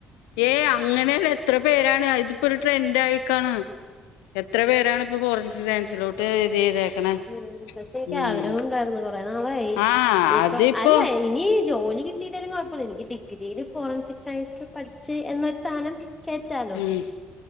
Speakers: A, on the left; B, on the left.
A: ഏയ് അങ്ങനെല്ല. എത്ര പേരാണ് അതിപ്പോഒരു ട്രെൻഡ് ആയിക്കാണ്. എത്ര പേരാണ് ഇപ്പൊ ഫോറൻസിസ് സയൻസിലോട്ട്. ഇത് ചെയ്തേക്കണേ
B: ഉം പക്ഷെ എനിക്ക്
A: ഉം
B: ആഗ്രഹം ഉണ്ടായിരുന്നു കൊറെ നാളായി.
A: ആഹ്
B: ഇപ്പം
A: അതിപ്പോ
B: അല്ല ഇനി ജോലി കിട്ടിയില്ലെല്ലും കോയ്പ്പം. ല്ല എനിക്ക് ഡിഗ്രിയില് ഫോറൻസിക് സയൻസ് പഠിച്ച് എന്നൊരു സാധനം. കേറ്റാലോ
A: ഉം